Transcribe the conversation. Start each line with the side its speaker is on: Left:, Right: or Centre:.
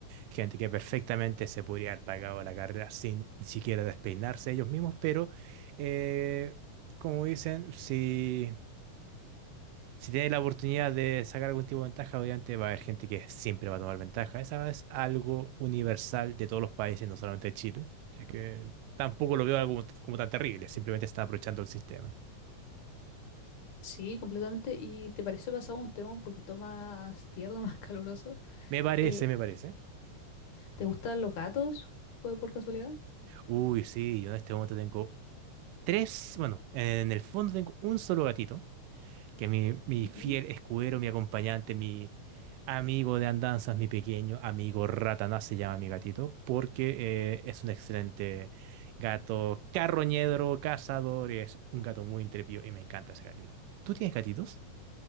Right: gente que perfectamente se podría haber pagado la carrera sin ni siquiera despeinarse ellos mismos, pero eh, como dicen, si si tienes la oportunidad de sacar algún tipo de ventaja, obviamente va a haber gente que siempre va a tomar ventaja. Esa es algo universal de todos los países, no solamente de Chile. Así que tampoco lo veo algo como, como tan terrible, simplemente están aprovechando el sistema.
Left: Sí, completamente. ¿Y te parece pasado un tema un poquito más tierno, <laughs> más caluroso?
Right: Me parece,
Left: Eh,
Right: me parece.
Left: ¿te gustan los gatos? ¿Fue por casualidad?
Right: Uy, sí, yo en este momento tengo tres, bueno, en el fondo tengo un solo gatito. que mi, mi
Left: Ujú.
Right: fiel escudero, mi acompañante, mi amigo de andanzas, mi pequeño amigo Ratanás se llama mi gatito, porque eh, es un excelente gato carroñedro, cazador, es un gato muy intrépido y me encanta ese gatito. ¿Tú tienes gatitos?